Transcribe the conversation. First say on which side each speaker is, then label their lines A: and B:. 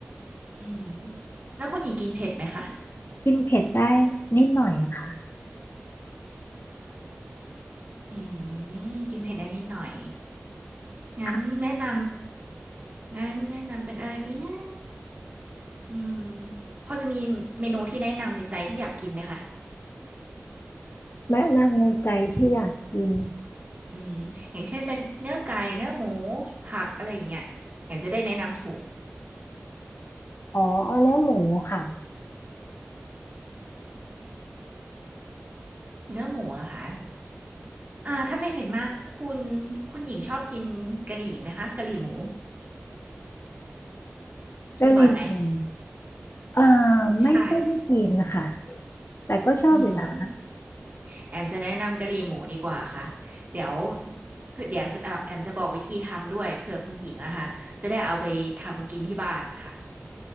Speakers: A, on the right (about 40°); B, on the left (about 60°).
A: อืมแล้วคุณหญิงกินเผ็ดไหมคะ
B: กินเผ็ดได้นิดหน่อยค่ะ
A: อืมกินเผ็ดได้นิดหน่อยงั้นแนะน
B: ค่ะ
A: ำงั้นแนะนำเป็นอะไรดีนะอืมพอจะมีเมนูที่แนะนำในใจที่อยากกินไหมคะ
B: แนะนำในใจที่อยากกิน
A: อืมอย่างเช่นเป็นเนื้อไก่เนื้อหมูผักอะไรอย่างเงี้ยอย่างจะได้แนะนำถูก
B: อ๋อเอาเนื้อหมูค่ะ
A: เนื้อหมูเหรอคะอ่าถ้าไม่เผ็ดมากคุณคุณหญิงชอบกินกะหรี่ไหมคะกะหรี่หมู
B: กะหรี่หมู
A: กินบ่อยไหม
B: เออไม่ค่อยได้กินนะคะ
A: ใช่
B: แต่ก็ชอบอยู่นะ
A: อืมแอมจะแนะนำกะหรี่หมูดีกว่าค่ะเดี๋ยวเผื่อเดี๋ยวแอมจะเอ่อแอมจะบอกวิธีทำด้วยเผื่อคุณหญิงอะค่ะจะได้เอาไปทำกินที่บ้านค่ะ